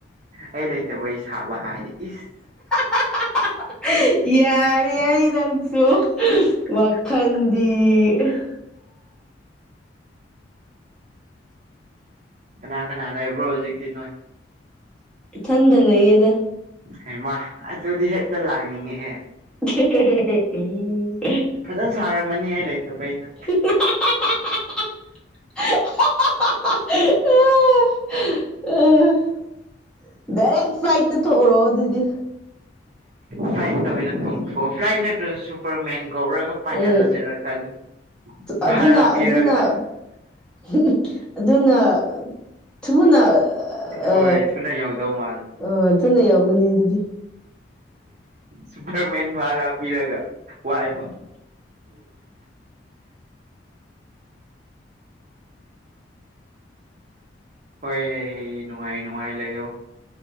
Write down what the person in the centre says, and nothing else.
ꯍꯥ ꯍꯥ ꯍꯥ <unintelligible> ꯌꯥꯔꯦ ꯑꯩ ꯅꯪꯁꯨ ꯋꯥꯈꯟ <unintelligible>
ꯊꯟꯗꯥ ꯂꯩꯌꯦꯗ
<unintelligible> ꯑꯦ
<unintelligible> ꯍꯥ ꯍꯥ ꯍꯥ ꯍꯥ ꯍꯥ ꯍꯥ ꯍꯥ ꯍꯥ <unintelligible> ꯗꯥꯏꯔꯦꯛ ꯐ꯭ꯂꯥꯏꯠꯇꯥ ꯇꯣꯛꯎꯔꯣ ꯑꯗꯨꯗꯤ
ꯎꯝ
ꯑꯗꯨꯅ
ꯑꯗꯨꯅ <unintelligible> ꯑꯗꯨꯅ ꯊꯨꯨꯅꯥ
ꯑ
ꯑ ꯊꯅ ꯌꯥꯎꯒꯅꯤ ꯑꯗꯨꯗꯤ